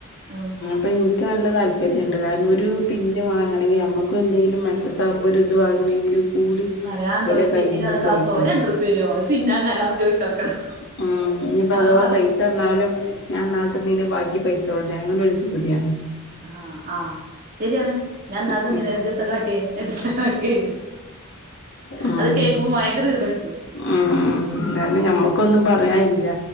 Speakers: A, on the right (about 40°); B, on the left (about 60°).
A: ഉം
B: ഇപ്പ ഇൻക്ക് നല്ല താല്പര്യണ്ട് കാര്ണം ഒര് പിന്ന് വാങ്ങണെങ്കി ഞമ്മ ഇപ്പ എന്തേലും മൻസസാവുമ്പൊ ഒര് ഇത് വാങ്ങണെങ്കിലും കൂടി
A: പറയാണ്ടോ
B: ഇവല
A: ഒരു
B: കയ്യ്ന്ന്
A: പിന്നിന് കണക്കാക്കോ
B: ചോയിക്കണം
A: രണ്ടുറുപ്യ തരോ ഒരു പിന്നാങ്ങാനാന്ന് ചോയിച്ചടക്കണം
B: ഉം ഇഞിപ്പ
A: അത്
B: അതവ
A: മാറും
B: പൈസ് ചേർന്നാലും ഞാൻ ഇന്നാള് തന്നീന ബാക്കി പൈസ എവ്ടെ അങ്ങനൊര് ചോദ്യാണ്
A: ആഹ് ആഹ് ശെരിയാണ് ഞാൻ ഇന്നാള്
B: ഉം
A: തന്ന്ലെ ഇജെത്ത കാട്ട്യെ കേ
B: ഉം
A: അത് കേക്ക്മ്പൊ ബയങ്കര ഈറ പുട്ചും
B: ഉം കാര്ണം ഞമ്മക്കൊന്നും പറയാല്ല